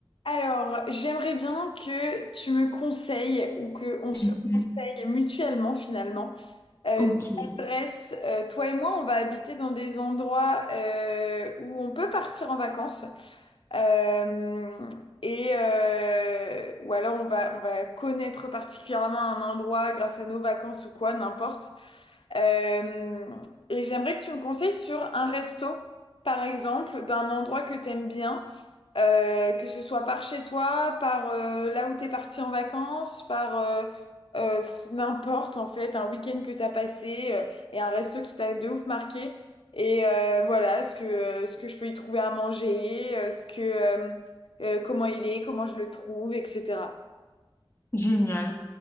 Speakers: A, on the left; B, on the left.
A: Alors, j'aimerais bien que tu me conseilles ou que on se
B: Mhm.
A: conseille mutuellement finalement euh,
B: Ok,
A: des adresses. Euh, toi et moi, on va habiter dans des endroits euh, où on peut partir en vacances Euh, et euh, ou alors on va on va connaître particulièrement un endroit grâce à nos vacances ou quoi, n'importe. Euh, et j'aimerais que tu me conseilles sur un resto, par exemple, d'un endroit que t'aimes bien, euh, que ce soit par chez toi, par euh, là où t'es parti en vacances, par euh, euh, pff, n'importe en fait, un week-end que t'as passé euh, et un resto qui t'a de ouf marqué. Et euh, voilà, ce que, euh, ce que je peux y trouver à manger, euh, ce que, euh, euh, comment il est, comment je le trouve, etc.
B: génial.